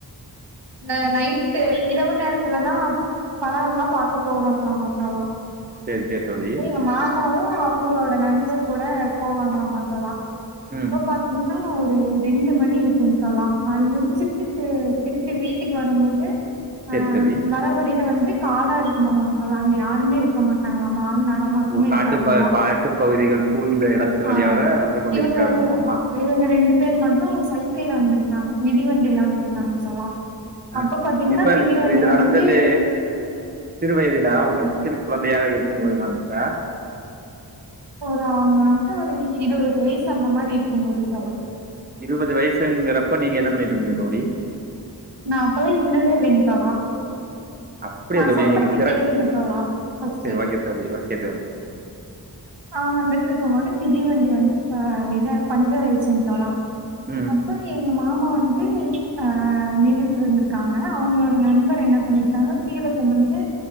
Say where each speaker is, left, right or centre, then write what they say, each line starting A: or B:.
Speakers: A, on the right; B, on the right.
A: இந்த நைட்டு இரவு நேரத்துலதா படல்லா பாக்க போவாங்களாமா அப்போல்லா
B: சேரி சேரி தோழி
A: எங்க மாமாவு அவங்களோட நண்பர் கூட போவாங்களாமா தோழா அப்ப
B: ம்.
A: பாத் தோனா ஒரு ரெண்டு மணி இருக்கு தோழா அது முடிச்சுட்டு திருப்பி வீட்டுக்கு வரம்போது ஆ
B: சரி தோழி.
A: வர வழியில வந்துட்டு காடா இருக்குமாமா தோழா அங்க யாருமே இருக்க மாட்டாங்களா ஆள் நடமாட்டமே
B: ஓ காட்டு
A: இருக்காதாமா
B: ப காட்டு பகுதிகள் சூழ்ந்த இடத்தின்
A: ஆ
B: வழியாக வந்து கொண்டிருக்கிறார்
A: இவங்க
B: உங்க மாமா.
A: இவங்க ரெண்டு பேர் மட்டு சைக்கிள்ல வந்திருக்காங்க மிதிண்டில வந்திருக்காங்க தோழா
B: அ
A: அப்ப பாத்தீங்கன்னா
B: இப்ப
A: மிதிவண்டி
B: இது இது
A: வந்து
B: நடந்தது சிறு வயதுடா உங்க சிறு குழந்தையாக இருக்கும் போது <unintelligible>
A: ஒரு அவங்க வந்துட்டு ஒரு இருவது வயசு அந்த மாரி இருக்கும்போது தோழா
B: இருவது வயசுங்கறப்ப நீங்க என்ன பண்ணிட்டு இருந்தீங்க தோழி
A: நா அப்பல்லா இல்லவே இல்லைங் தோழா
B: அப்டியா
A: நா
B: தோழி
A: சொல்றத
B: நீங்க திற
A: கேளுங்க தோழா ஃபர்ஸ்ட்டு
B: சரி ஓகே தோழி ஓகே தோழி
A: அவங்க வந்துட்டு இருக்கும் போது மிதிவண்டி வந்துட்டு ப இத பஞ்சர் ஆய்ருச்சுங் தோழா
B: ம்
A: அப்போ எங்க மாமா வந்துட்டு அ நின்னுட்டு இருந்திருக்காங்க அவங்களோட நண்பர் என்ன பண்ணியிருக்காங்க கீழ குனுஞ்சு